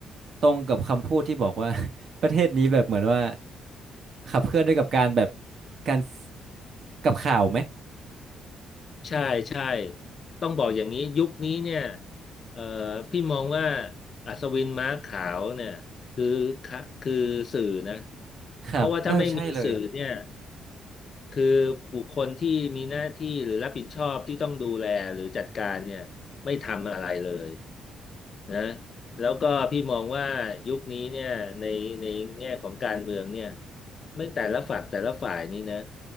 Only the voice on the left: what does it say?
ใช่ใช่ต้องบอกอย่างนี้ยุคนี้เนี่ยเอ่อพี่มองว่าอัศวินม้าขาวเนี่ยคือค่ะคือสื่อนะ
เพราะว่าถ้าไม่มีสื่อเนี่ย คือบุคคลที่มีหน้าที่หรือรับผิดชอบที่ต้องดูแลหรือจัดการเนี่ยไม่ทำอะไรเลยนะแล้วก็พี่มองว่ายุคนี้เนี่ยในในแง่ของการเมืองเนี่ยไม่แต่ละฝักแต่ละฝ่ายนี่นะ